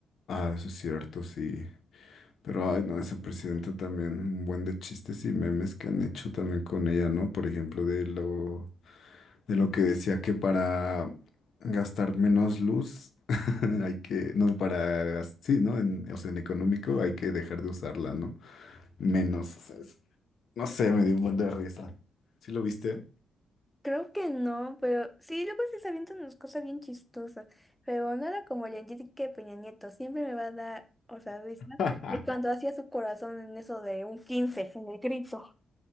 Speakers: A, on the left (about 65°); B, in the centre.
A: Ah, eso es cierto, sí. Pero, ay, no, esa presidenta también, un buen de chistes y memes que han hecho también con ella, ¿no? Por ejemplo, de lo, de lo que decía que para gastar menos luz <laughs> hay que, no, para, gas- sí, ¿no? En, o sea, en económico hay que dejar de usarla, ¿no? Menos, o sea, es- no sé, me dio un buen de risa. ¿Sí lo viste?
B: Creo que no, pero sí, luego se avientan unas cosas bien chistosas. Pero nada como el Enrique Peña Nieto. Siempre me va a dar, o sea, risa
A: <laughs>
B: de cuando hacía su corazón en eso de un 15 en el grito.